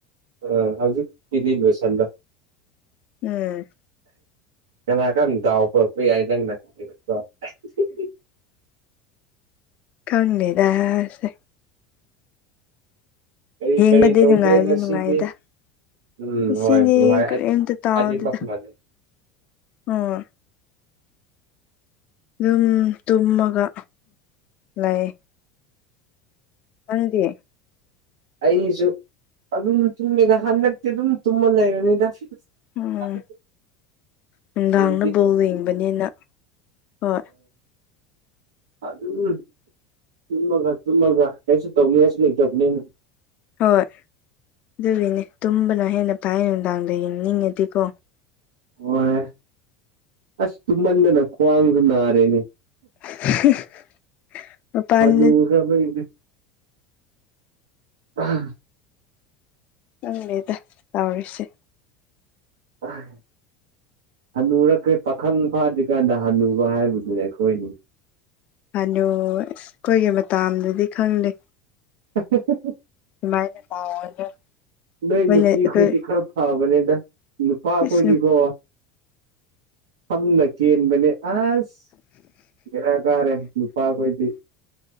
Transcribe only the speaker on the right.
ꯑ ꯍꯧꯖꯤꯛꯀꯤꯗꯤ ꯂꯣꯏꯁꯟꯂꯣ
ꯀꯅꯥ ꯈꯪꯅꯤ ꯗꯥꯎ ꯄꯨꯔꯛꯄ ꯌꯥꯏ ꯅꯪꯅ <unintelligible>
ꯀꯔꯤ
ꯀꯔꯤ ꯇꯧꯒꯦ
ꯉꯁꯤꯗꯤ
ꯎꯝ
ꯍꯣꯏ ꯅꯨꯡꯉꯥꯏ
ꯑꯅꯤꯃꯛ ꯃꯥꯟꯅꯩ
ꯑꯩꯁꯨ ꯑꯗꯨꯝ ꯇꯨꯝꯃꯤꯗ ꯍꯟꯗꯛꯇꯤ ꯑꯗꯨꯝ ꯇꯨꯝꯃ ꯂꯩꯔꯅꯤꯗ <unintelligible>
ꯍꯣꯏ
ꯑꯗꯨꯝ ꯇꯨꯝꯃꯒ ꯇꯨꯝꯃꯒ ꯀꯩꯁꯨ ꯇꯧꯅꯤꯡꯉꯥꯏꯁꯨ ꯂꯩꯇꯕꯅꯤꯅ
ꯍꯣꯏ ꯑꯁ ꯇꯨꯝꯃꯟꯗꯅ ꯈ꯭ꯋꯥꯡꯁꯨ ꯅꯥꯔꯦꯅꯦ
ꯍꯅꯨ ꯈꯔꯕꯅꯩꯅꯦ <unintelligible>
<unintelligible> ꯍꯟꯅꯨꯔꯛꯈ꯭ꯔꯦ ꯄꯥꯈꯪ ꯐꯥꯗ꯭ꯔꯤꯀꯥꯟꯗ ꯍꯟꯅꯨꯕ ꯍꯥꯏꯕꯁꯦ ꯑꯩꯈꯣꯏꯅꯤ
<unintelligible>
ꯅꯣꯏ
ꯅꯨꯄꯤꯈꯣꯏꯗꯤ
ꯈꯔ ꯐꯕꯅꯦꯗ ꯅꯨꯄꯥ ꯑꯩꯈꯣꯏꯗꯤꯀꯣ
ꯁꯝꯅ ꯀꯦꯟꯕꯅꯦ ꯑꯁ ꯕꯦꯔꯥ ꯀꯥꯔꯦ ꯅꯨꯄꯥꯈꯣꯏꯗꯤ